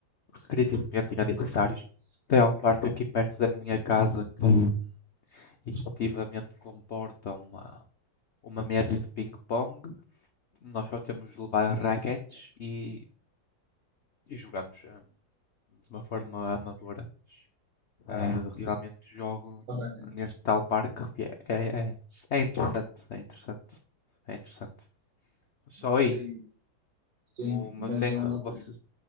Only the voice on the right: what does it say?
Parabéns.
Gostei
Sim,
mas
Eh, não.